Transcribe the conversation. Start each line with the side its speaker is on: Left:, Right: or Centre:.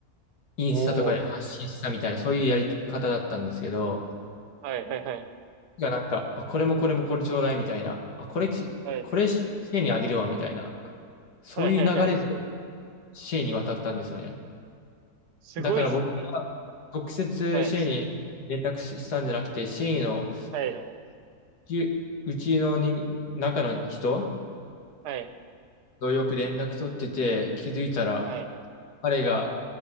Left: インスタとかで発信したみたいな、
Right: おお
Left: そういうやり方だったんですけど、
Right: はい、はい、はい、
Left: がなんか、あ、これもこれもこれちょうだいみたいな、あ、これき、
Right: はい、
Left: これシェシェイにあげるわみたいな、そういう流れで
Right: はい、はい、はい。
Left: シェイに渡ったんですよね。
Right: すごいっすね。
Left: だから僕が直接シ
Right: はい、は
Left: C に連絡したんじゃなくて、シ C の
Right: い、
Left: ううちの人中の人
Right: はい、
Left: とよく連絡取ってて、気づいたら、
Right: はい、
Left: 彼が、